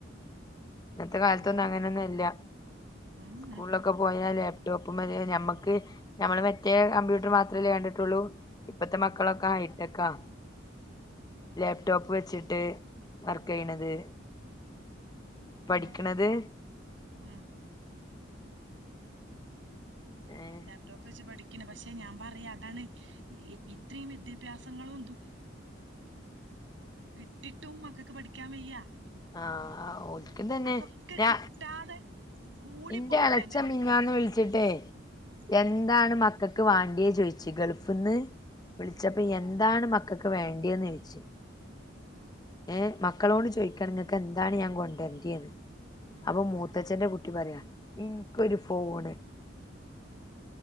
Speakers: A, on the left; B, on the right.
A: ഇന്നത്തെ
B: എന്നാലും
A: കാലത്തൊന്നും അങ്ങനെയൊന്നും ഇല്ല
B: ഉം
A: സ്കൂളിലൊക്കെ പോയാൽ <unintelligible> ഞമ്മക്ക് നമ്മൾ മറ്റേ കമ്പ്യൂട്ടർ മാത്രമല്ലേ കണ്ടിട്ടുള്ളൂ ഇപ്പത്തെ മക്കളൊക്കെ ഹൈടെക്കാ ലാപ്ടോപ്പ് വെച്ചിട്ട് വർക്ക് ചെയ്യണത് പഠിക്കണത്
B: ഏ ഉം
A: ഏഹ്
B: ലാപ്ടോപ്പ് വെച്ച് പഠിക്കും പക്ഷെ ഞാൻ പറയാ അതാണ് ഇത്രയും വിദ്യാഭ്യാസങ്ങളുംണ്ട് കിട്ടിട്ടും മക്കക്ക്‌ പഠിക്ക <unintelligible> വയ്യ
A: ആഹ് <unintelligible> തന്നെ
B: അതൊക്കെ
A: ഞാ
B: കിട്ടാതെ കൂടി
A: ഇന്റെ
B: പോയിട്ട്
A: <unintelligible> ഇളച്ചൻ
B: എന്റെത്
A: മീനിഞ്ഞാ ന്ന് വിളിച്ചിട്ടേ
B: ഉം
A: എന്താണ് മക്ക ക്ക് വാണ്ടിയെ ചോയിച്ചു ഗൾഫ് നിന്ന് വിളിച്ചപ്പ
B: ഉം
A: എന്താണ് മ മക്കക്ക് വേണ്ടിയന്ന് ചോ ഴിച്ചു
B: ആ
A: ഏ മക്കളോട് ചോയ്ക്കണം ഇങ്ങക്കെന്താണ് ഞാൻ കൊണ്ടൊര്യന്റെന്ന്
B: ഉം
A: അപ്പൊ മൂത്തച്ഛ്ന്റെ കു ട്ടി പറയാ ഇൻക്കൊരു ഫോണ്